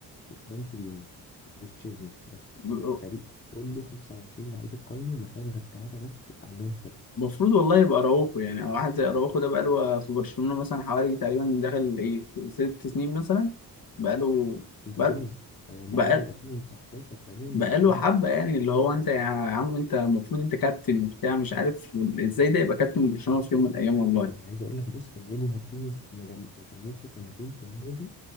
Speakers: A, on the left; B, on the left.
A: وفرانكي ديونج وتشيزني بس
B: مم.
A: يعني الفريق كله 25 لعيب القايمة وما فيهاش غير ثلاثة بس عندهم خبرة
B: المفروض والله يبقى اراوخو يعني او واحد زي اراوخو ده بقاله في برشلونة مثلا حوالي تقريبا دخل ايه في ست سنين مثلا بقاله
A: ده
B: بقاله
A: مالت هو موجود
B: بقاله,
A: من 2019 تقريبا
B: بقاله
A: بس مالت
B: حبة يعني اللي هو انت يا عم انت المفروض انت كابتن بتاع مش عارف ازاي ده يبقى كابتن برشلونة في يوم من الايام والله
A: انا عايز اقول لك بص انياجو مارتينيز ما جم- ما كملش سنتين في النادي